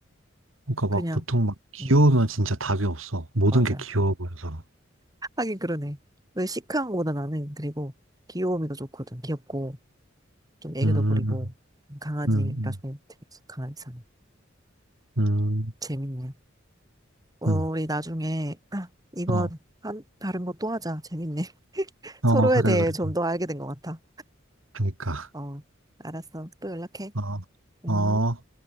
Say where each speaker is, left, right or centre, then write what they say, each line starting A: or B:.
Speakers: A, on the right; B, on the right.
A: 그러니까
B: 그냥,
A: 막 보통 막 귀여우면
B: 음,
A: 진짜 답이 없어. 모든
B: 맞아.
A: 게 귀여워 보여서.
B: 하긴 그러네. 왜 시크한 거보다 나는, 그리고 귀여움이 더 좋거든. 귀엽고, 좀 애교도
A: 음,
B: 부리고, 강아지가
A: 음, 음,
B: 좋은 것 같아. 강아지상.
A: 음,
B: 재밌네. 어,
A: 음.
B: 우리 나중에, <clears throat> 아, 이거,
A: 어,
B: 한, 다른 거 또 하자. 재밌네. <laughs>
A: 어,
B: 서로에
A: 그래,
B: 대해
A: 그래.
B: 좀 더 알게 된 것 같아.
A: 그니까.
B: 어, 알았어. 또 연락해.
A: 어,
B: 음.
A: 어.